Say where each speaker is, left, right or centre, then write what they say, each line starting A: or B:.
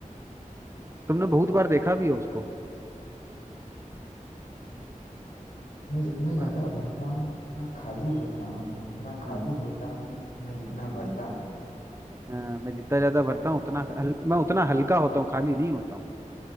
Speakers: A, on the right (about 20°); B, on the left (about 80°).
A: तुमने बहुत बार देखा भी हो उसको
B: मैं जितना ज्यादा
A: हाँ,
B: भरता हूँ उतना खाली होता हूँ मैं उतना खाली
A: हाँ,
B: होता हूँ मैं जितना भरता हूँ
A: हाँ, मैं जितना ज्यादा भरता हूँ उतना हल, मैं उतना हल्का होता हूँ खाली नहीं होता हूँ